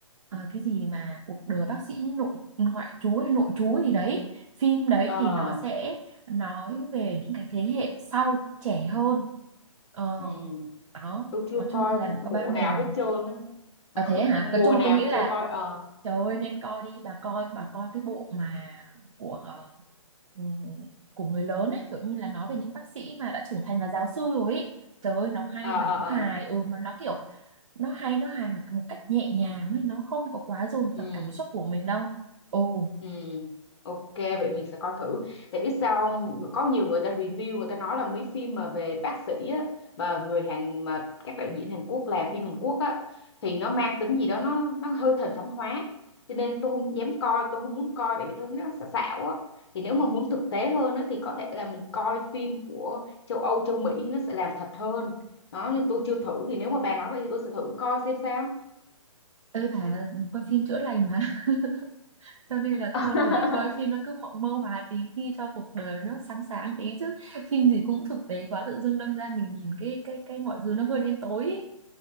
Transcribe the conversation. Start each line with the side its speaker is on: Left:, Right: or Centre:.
Right: ờ, cái gì mà cuộc đời bác sĩ nội ngoại trú hay nội trú gì đấy phim đấy
Left: ờ
Right: thì nó sẽ nói về những cái thế hệ sau trẻ hơn ờ
Left: ừ,
Right: đó
Left: tôi chưa
Right: nói chung
Left: coi
Right: là nó có
Left: bộ
Right: ba mùa
Left: nào hết trơn á
Right: à,
Left: <laughs>
Right: thế hả
Left: mùa
Right: nói chung là
Left: nào
Right: tôi nghĩ
Left: cũng
Right: là
Left: chưa coi ờ
Right: Trời ơi nên coi đi bà coi bà coi cái bộ mà của ờ, ừm, của người lớn ấy kiểu như là nói về những bác sĩ mà đã trưởng thành là giáo sư rồi ấy. Trời ơi nó hay
Left: ờ
Right: mà
Left: ờ
Right: nó hài
Left: ờ
Right: ừ mà nó kiểu nó hay nó hài mà một cách nhẹ nhàng ấy nó không có quá dồn
Left: ừ
Right: dập cảm xúc của mình đâu. Ồ
Left: Ừ, ok vậy mình sẽ coi thử tại biết sao không có nhiều người ta review người ta nói là mấy phim mà về bác sĩ á và người Hàn mà các đạo diễn Hàn Quốc làm phim Hàn Quốc á thì nó mang tính gì đó nó nó hơi thần thánh hóa cho nên tôi không dám coi tôi không muốn coi tại vì tôi thấy nó xạo xạo á thì nếu mà muốn thực tế hơn á thì có thể là mình coi phim của châu Âu châu Mỹ nó sẽ làm thật hơn đó nên tôi chưa thử thì nếu mà bà nói vậy thì tôi sẽ thử coi xem sao
Right: ơi bà mình coi phim chữa lành mà <laughs> cho nên là
Left: <laughs>
Right: thôi thì coi phim nó cứ mộng mơ hóa tí đi cho cuộc đời nó sáng sáng tí chứ phim gì cũng thực tế quá tự dưng đâm ra mình nhìn cái cái cái mọi thứ nó hơi đen tối ấy.